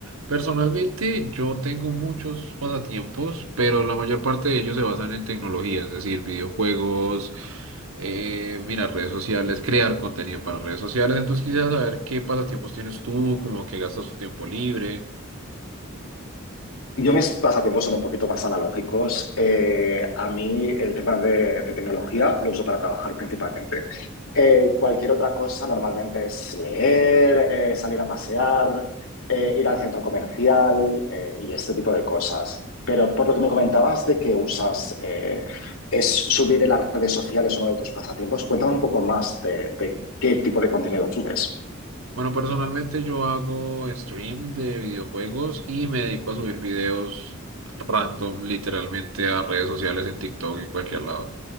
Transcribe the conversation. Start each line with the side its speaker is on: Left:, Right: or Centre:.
Right: Personalmente, yo tengo muchos pasatiempos, pero la mayor parte de ellos se basan en tecnología, es decir, videojuegos, eh, mira, redes sociales, crear contenido para redes sociales. Entonces, quisiera saber qué pasatiempos tienes tú, como que gastas tu tiempo libre.
Left: Yo mis pasatiempos son un poquito más analógicos. Eh, a mí el tema de, de tecnología lo uso para trabajar principalmente. Eh, cualquier otra cosa normalmente es leer, eh, salir a pasear, eh, ir al centro comercial eh, y este tipo de cosas. Pero por lo que me comentabas de que usas, eh, es subir en las redes sociales uno de tus pasatiempos. Cuéntame un poco más de, de qué tipo de contenido subes.
Right: Bueno, personalmente yo hago stream de videojuegos y me dedico a subir videos random, literalmente a redes sociales en TikTok y cualquier lado.